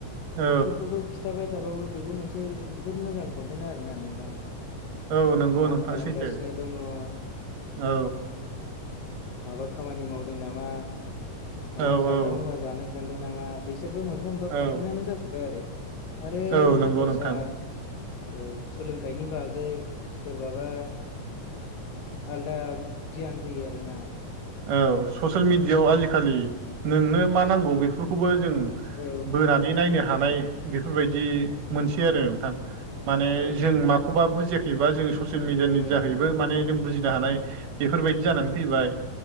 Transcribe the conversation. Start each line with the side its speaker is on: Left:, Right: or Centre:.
Right: औ
Left: बेफोरखौबो खिथ खिथाबाय थाबो बेबो मोनसे बुहुत मोजां कनटेन्ट आरो ना नोंथां
Right: औ नंगौ
Left: नों मा
Right: नोंथां
Left: खालामगासिनो
Right: सैथो
Left: दङ औ
Right: औ
Left: माबा खामानि मावदों नामा माबा
Right: औ
Left: जाग्रा
Right: औ
Left: मुवा जानो थांदों नामा बिसोरबो मोनफा मोनफा
Right: औ
Left: कनटेन्टानो जाजोब्बाय आरो आरो
Right: औ नंगौ
Left: दस्रा
Right: नोंथां
Left: औ सोलोंथाइनि बागै सोरबाबा आलदा गियान होयो आरोना
Right: औ ससियेल मिडियाआव आजिखालि नोंनो मा नांगौ बेफोरखौबो जों
Left: औ
Right: बोनानै नायनो हानाय बेफोरबायदि मोनसै आरो नोंथां माने
Left: औ
Right: जों
Left: नोंथां
Right: माखौबा बुजियाखैबा जों ससियेल मिडियानि
Left: औ
Right: जाहै बो माने जों बुजिनो हानाय बेफोरबायदि जानानै फैबाय